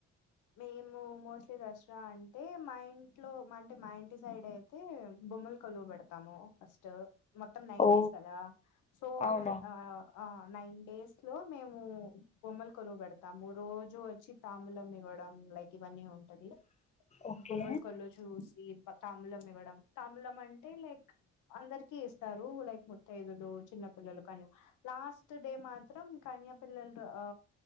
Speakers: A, on the left (about 80°); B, on the left (about 25°).
A: మేము మోస్ట్లీ దసరా అంటే మా ఇంట్లో అంటే మా ఇంటి సైడ్ అయి తే బొమ్మలు కోలువు పెడుతాము ఫస్ట్ మొత్తం నైన్
B: ఓ
A: డేస్ కదా సో
B: అవునా
A: నవ అ ఆ నైన్ డేస్ లో మేము బొమ్మలు కొలువు పెడుతాము రోజు వచ్చి తాములం ఇవ్వ డం లైక్ ఇవన్నీ ఉంటది
B: ఓకే
A: బొమ్మల కొలువు చూసి తంబులం ఇవ్వడం తంబులం అంటే లైక్ అందరికి ఇస్తారు లైక్ ముతైదులు చిన్న పిల్లలు కానీ లాస్ట్ డే మాత్రం కన్యాపిల్లలు అ